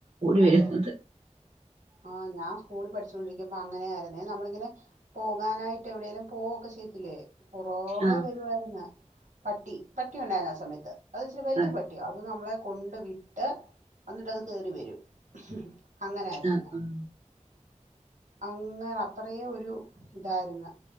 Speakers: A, on the right; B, on the right.
A: ഓടി
B: അതെതെ
A: വരുന്നത്
B: ആഹ ഞാൻ - സ്കൂളിൽ പഠിച്ചോണ്ടിരിക്കുമ്പ അങ്ങനെയാരുന്നേ നമ്മളിങ്ങനെ പോകാനായിട്ട് എവിടെേങ്കലും പോവുകൊക്കെ ചെയ്ത്തില്ലേ പുറകെ
A: ആഹ്
B: വരുവായിരുന്ന് പട്ടി പട്ടി ഉണ്ടായിരുന്നു ആ സമയത്ത് അത്ച്ചിരി വലിയ
A: ആഹ്
B: പട്ടിയാ അത് നമ്മളെ കൊണ്ട് വിട്ട് എന്നിട്ട്ത് കേറി വരും <inaudible> അങ്ങനെയായിരുന്നു
A: ആഹ് ആഹ്
B: അങ്ങന അത്രയെ ഒരു ഇതായിരുന്നു